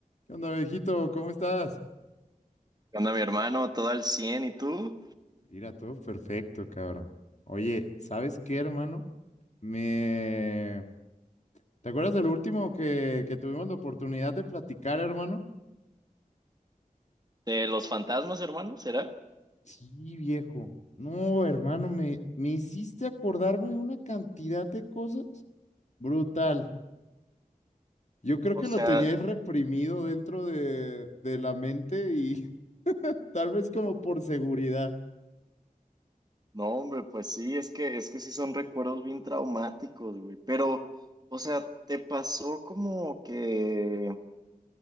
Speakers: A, on the left (about 55°); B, on the right (about 25°).
A: ¿Qué onda, viejito? ¿Cómo estás?
B: ¿Qué onda, mi hermano? Todo al cien ¿y tú?
A: Mira, todo perfecto, cabrón. Oye, ¿sabes qué, hermano? Me... ¿Te acuerdas de lo último que, que tuvimos la oportunidad de platicar, hermano?
B: ¿De los fantasmas, hermano? ¿Será?
A: Sí, viejo. No, hermano, me, me hiciste acordarme de una cantidad de cosas brutal. Yo creo
B: O
A: que
B: sea,
A: lo tenía ahí reprimido dentro de, de la mente y <laughs> tal vez como por seguridad.
B: no, hombre, pues sí, es que, es que sí son recuerdos bien traumáticos, güey. Pero, o sea, ¿te pasó como que